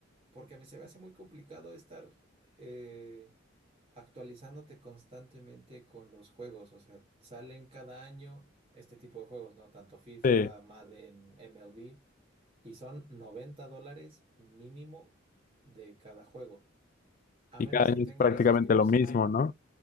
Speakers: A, on the right; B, on the left.
A: porque a mí se me hace muy complicado estar eh, actualizándote constantemente con los juegos, o sea, salen cada año este tipo de juegos, ¿no? Tanto FIFA,
B: Sí,
A: Sí. Madden, MLB. Y son 90 dólares mínimo de cada juego. A
B: y
A: menos
B: cada año
A: que tenga
B: es prácticamente
A: la suscripción.
B: lo mismo, ¿no?